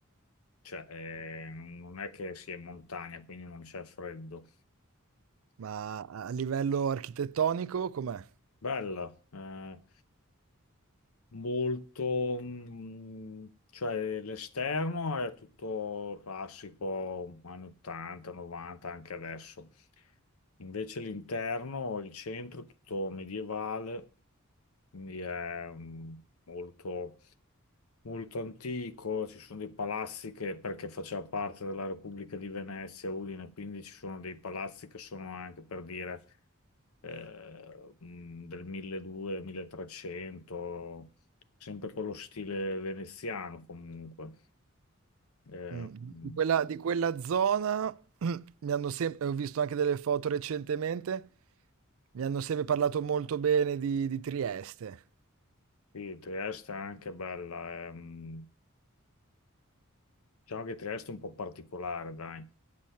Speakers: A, on the left (about 85°); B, on the right (about 70°).
A: cioè, eh, non è che sia in montagna, quindi non c'è freddo.
B: ma a a livello architettonico com'è?
A: Bella, eh, molto, mm, cioè l'esterno è tutto classico, anni 80, 90, anche adesso. Invece l'interno, il centro, è tutto medievale, quindi è mm, molto molto antico, ci sono dei palazzi che, perché faceva parte della Repubblica di Venezia, Udine, quindi ci sono dei palazzi che sono anche per dire eh, mh, del 1200-1300, sempre con lo stile veneziano comunque. Eh,
B: Mh,
A: mh,
B: di quella di quella zona <clears throat> mi hanno sem ho visto anche delle foto recentemente, mi hanno sempre parlato molto bene di di Trieste.
A: sì, Trieste è anche bella, è, mh, diciamo che Trieste è un po' particolare, dai,